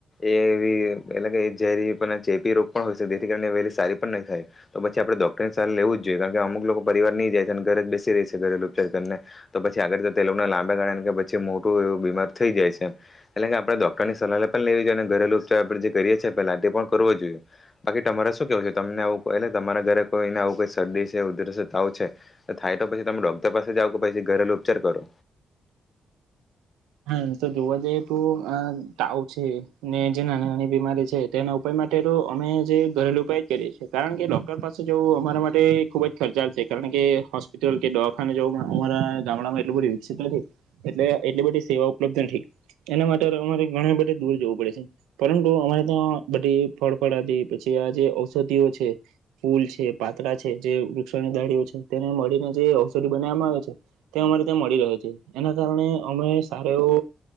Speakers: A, on the left; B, on the right.
A: એવી એટલે ઝેરી ચેપી રોગ પણ હોય શકે જેથી કાર વહેલી સારી પણ ન થાય તો પછી આપણે ડોક્ટરને સારી લેવું જ જોઈએ કારણ કે અમુક લોકો પરિવાર નહી જાય છે અને ઘરે જ બેસી રહી છે ઘરે ઉપચાર કરીને તો પછી આગળ તેલ ના લાંબા ગાળા કે પછી મોટું એવું બીમાર થઈ જાય છે એટલે કે આપણેે ડોક્ટર ની સલાહ પણ લેવી જોઈએ અને ઘરેલુ ઉપચાર આપણે જે કરીએ છીએ પેલા તે પણ કરવો જોઈએ બાકી તમારે શું કેવું છે તમને આવું એલે તમારા ઘરે કોઈને આવ કોઈ શરદી છે ઉધર તાવ છે થાય તો પછી તમે ડોક્ટર પાસે જઓ કે પછી ઘરેલુ ઉપચાર કરો
B: હા તો જોવા જઈએ તો તાવ છે ને જે નાની નાની બીમારી છે તેના ઉપાય માટે તો અમે જે ઘરેલુ ઉપાય જ કરીએ છીએ કારણ કે ડોક્ટર પાસે જવું અમારા માટે ખુબ જ ખર્ચાલ છે કારણ કે હોસ્પિટલ કે દવાખાનેવું અમારા ગામડામાં એટલું બધું વિક નથી એટલે એટલી બધી સેવા ઉપલબ્ધ નથી એના માટે અમારે ઘણી બધે દૂર જવું પડે છે પરંતુ અમારે ત્યાં બધી ફળફળ હતી પછી આ જે ઔષધિઓ છે ફૂલ છે પાતળા છે જે વૃક્ષોની દાડીી છે તેને મળીને જે ઔષધિ બનાવવામાં આવે છે તે અમારે ત્યાં મળી રહે છે એના કારણે અમે સારો એવો